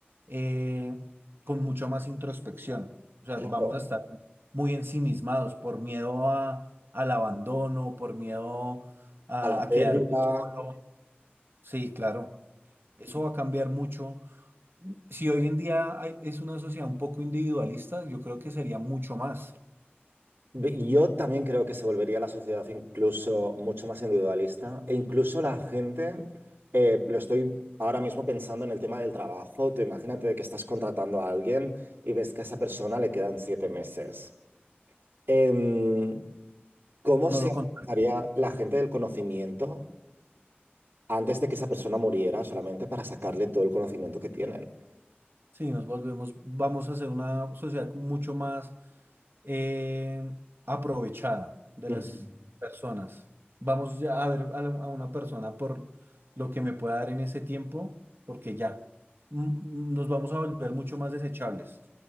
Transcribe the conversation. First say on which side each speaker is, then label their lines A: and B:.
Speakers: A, on the right (about 65°); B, on the right (about 80°).
A: eh, con mucha más introspección. O sea,
B: claro.
A: vamos a estar muy ensimismados por miedo a- al abandono, por miedo a,
B: A la
A: a
B: pérdida.
A: quedarme solo. Sí, claro. Eso va a cambiar mucho. Si hoy en día hay- es una sociedad un poco individualista, yo creo que sería mucho más.
B: Ve- Yo también creo que se volvería la sociedad incluso mucho más individualista e incluso la gente, eh, lo estoy ahora mismo pensando en el tema del trabajo, tú imagínate que estás contratando a alguien y ves que a esa persona le quedan siete meses. Em, ¿cómo
A: No
B: se
A: lo contrario.
B: haría la gente del conocimiento antes de que esa persona muriera solamente para sacarle todo el conocimiento que tienen?
A: Sí, nos volvemos, vamos a ser una sociedad mucho más eh, aprovechada de
B: Ujú.
A: las personas. Vamos ya a ver a, la- a una persona por lo que me pueda dar en ese tiempo, porque ya mm, nos vamos a volver mucho más desechables.